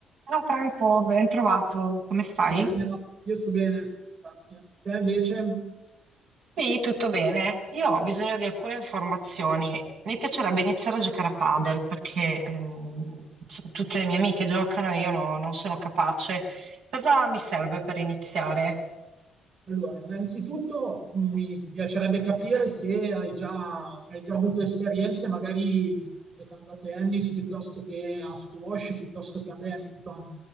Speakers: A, on the right (about 70°); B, on the right (about 50°).
A: Ciao Franco, ben trovato. Come stai?
B: Allora, Io no. io sto bene, grazie. Te invece?
A: Sì, tutto bene. Io ho bisogno di alcune informazioni. Mi piacerebbe iniziare a giocare a padel perché ehm, insomma, tutte le mie amiche giocano e io no- non sono capace. Cosa mi serve per iniziare?
B: Allora, innanzitutto mm, mi piacerebbe capire se hai già, hai già avuto esperienze, magari giocando a tennis piuttosto che a squash, piuttosto che a badminton,